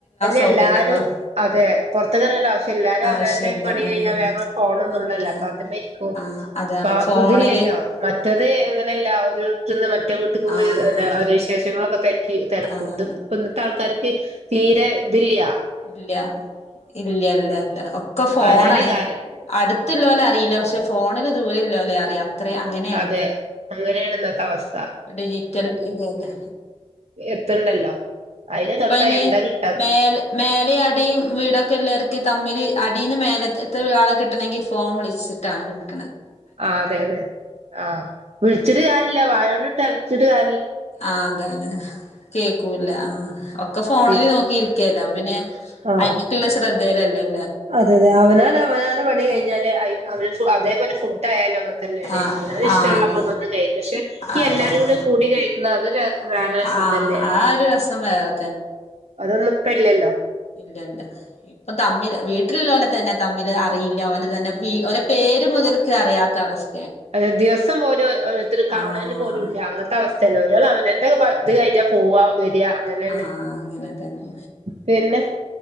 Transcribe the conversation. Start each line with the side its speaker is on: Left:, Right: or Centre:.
Right: എല്ലേ
Left: സൗകര്യങ്ങളും
Right: എല്ലാരും അതെ പൊർത്ക്ക്ർങ്ങേണ്ട അവ് എല്ലാരും അവനവന്റെ
Left: ആവശ്യല്ല
Right: പണി
Left: ഉം
Right: കഴിഞ്ഞാ വേഗ ഫോൺലും തോണ്ടല്ലേ
Left: ആയിട്ട്
Right: പ്പത് മേരിക്കും
Left: ആഹ് അതാണ്
Right: പ്പ
Left: ഫോണില്
Right: ഇതിലില്ലല്ലോ മറ്റത്
Left: ഉം
Right: എങ്ങനെയല്ല ഒ <unintelligible> <unintelligible> പോയ
Left: ആഹ്
Right: അവരെ വിശേഷങ്ങളൊക്കെ തെര് ക്കി തെര് ക്കും
Left: ആഹ്
Right: ഇത്പ്പോ ന്നത്തെ ആൾക്കാർക്ക് തീരെ ത് ല്ല
Left: ല്ല ഇല്ലല്ല ല്ല ഒക്കെ ഫോണാ
Right: അവനവന്റെ കാര്യം
Left: അടുത്ത് ല്ലോലെ അറീ ല്ല പക്ഷെ ഫോണിൽ ദൂരല്ലോലെ അറിയാം അത്രേ അങ്ങനെയാണ്
Right: അതെ അങ്ങനെണ് ഇന്നത്തെ അവസ്
Left: ഡിജിറ്റൽ യുഗല്ലേ
Right: എത്തണ്ടല്ലോ തൊട്ടാ
Left: പ്പ അയിന്
Right: എന്താ കിട്ടാത്തത്
Left: മേ ൽ മേലിം അടീം വീടൊക്കെല്ലോ ർക്ക് തമ്മില് അടീ ന്ന് മേലത്തെ ആളെ കിട്ടണങ്കിൽ ഫോൺ വിളിച്ചിട്ടാണ് കിട്ട
Right: ആ അതെ അതെ ആഹ വിൾ ച്ചിട്ട് കാര്യല്ല വായോണ്ട് തൾ ചിടാ
Left: ആ അതാണ് കേക്കൂല്ല ആ ഒക്കെ ഫോണില്
Right: പി
Left: നോക്കി കേതാവും പിന്നെ
Right: ആഹ്
Left: അയ്‌ ക്ക് ള്ള ശ്ര ദേ ലല്ലേ
Right: അതെ തെ അവനാനവനാ ന് പണി കഴിഞ്ഞാലെ അയ് <unintelligible> അതേപോലെ ഫുഡ് ആയാലോ തന്നെയാണ്
Left: ആഹ്
Right: അവരത് ഇഷ്ടമുള്ളപ്പോ
Left: ആഹ്
Right: വന്ന് കഴിക്കും പക്ഷെ ഈ
Left: അതാണ്
Right: എല്ലാരും കൂടി കൂടി കഴിക്കണ അത് വേറെ രസം
Left: ആഹ്
Right: തന്നെയാണ്
Left: ആ ഒരു രസം വേറെ
Right: അതൊന് ഇപ്പയില്ലല്ലോ
Left: ഇല്ല ഇല്ല ഇപ്പ തമ്മില് വീട്ടില് ല്ലോലെ തന്നെ തമ്മില് അറിയി ഒലെ തന്നെ പേര് മുതൽ ക്ക് അറിയാത്ത അവസ്
Right: ഏ ദിവസം പോലും ഓരോരുത്തര് കാണല്
Left: ആഹ്
Right: പോലു ഇല്ല അങ്ങത്തെ അവസ്ത്തെണ് ഒരാൾ <unintelligible> എന്റെ ഒക്കെ <unintelligible> ഇത് കഴിഞ്ഞാ പോവാം. വെര് അങ്ങനെന്നെ
Left: ആഹ് അങ്ങനെ തന്നെ
Right: പിന്നെ